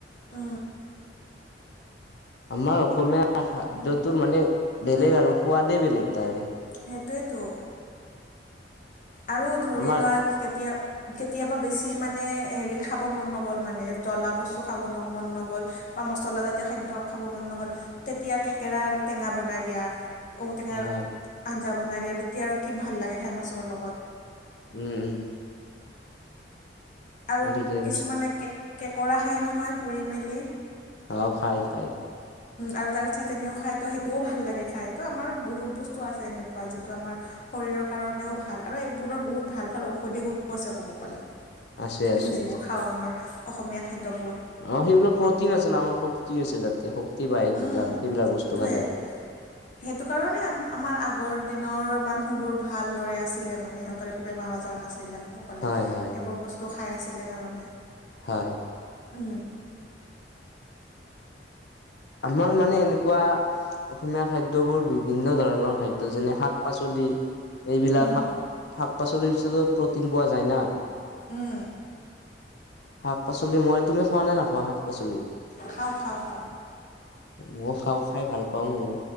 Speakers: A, on the left; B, on the left.
A: অ,
B: আমাৰ অসমীয়া খাদ্যটোৰ মানে বেলেগ আৰু সোৱাদে বেলেগ তাৰে।
A: সেইটোৱেতো আৰু ধৰি
B: আমাৰ
A: লোৱা, কেতিয়া কেতিয়াবা বেছি মানে হেৰি খাব মন নগ'ল মানে, জ্বলা বস্তু খাব ন মন নগ'ল বা মছলাজাতীয় খাদ্য খাব মন নগ'ল, তেতিয়া থেকেৰাৰ টেঙা বনাই দিয়া ঔটেঙাৰ
B: হয়
A: আঞ্জা বনাই দিয়া তেতিয়া আৰু কি ভাল লাগে খাই মাছৰ লগত।
B: উম উম
A: আৰু
B: তুমি ঠিকে
A: কিছুমানে
B: কৈছা
A: কে কেকৰা খাই নহয়, পুৰি মেলি।
B: অঁ খাই খায় খায়।
A: আৰু তাৰে চাত এনিউ খায় ত' সেইটোও ভাল লাগে খাই, ত' আমাৰ বহুত বস্তু আছে এনেকুৱা যিটো আমাৰ শৰীৰৰ কাৰণেও ভাল আৰু এইবোৰো বহুত ভাল ভাল ঔষধি গুন আছে ক'ব গ'লে।
B: আছে আছে
A: আমি যিবোৰ খাওঁ আমাৰ অসমীয়া খাদ্যবোৰ।
B: অঁ সেইবিলাক প্ৰটিন আছে ন' আমাৰ শক্তি আছে তাতে শক্তি পায়
A: উম,
B: সেই বিলাক সেইবিলাক বস্তু
A: সেইটোৱে।
B: খালে।
A: সেইটো কাৰণে আম আমাৰ আগৰ দিনৰ মানুহবোৰ ভাল দৰে আছিলে মানে সিহঁতৰ এ বেমাৰ আজাৰ নাছিলে ক'ব গ'লে।
B: হয়
A: এইবোৰ
B: হয়
A: বস্তু খাই আছিলে কাৰণে।
B: হয়।
A: উম।
B: আমাৰ মানে এনেকুৱা অসমীয়া খাদ্যবোৰ বিভিন্ন ধৰণৰ খাদ্য, যেনে শাক - পাচলি। এইবিলাক
A: উম,
B: শাক শাক পাচলিৰ ওছতো প্ৰটিন পোৱা যায় না।
A: উম।
B: শাক পাচলি, মই তুমি খোৱা নাই নোখোৱা শাক পাচলি?
A: খাওঁ খাওঁ খাওঁ।
B: ময়ো খাওঁ, খাই ভাল পাওঁ ময়ো